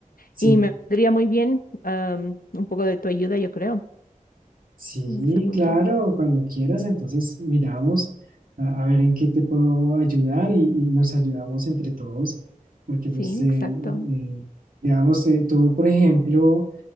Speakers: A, on the right; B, on the left.
A: Sí.
B: Y me vendría muy bien am, un poco de tu ayuda, yo creo,
A: Sí,
B: en ese punto.
A: claro, cuando quieras, entonces miramos a, a ver en qué te puedo ayudar y, y nos ayudamos entre todos, porque pues,
B: Sí,
A: eh,
B: exacto.
A: eh, digamos, eh, tú, por ejemplo,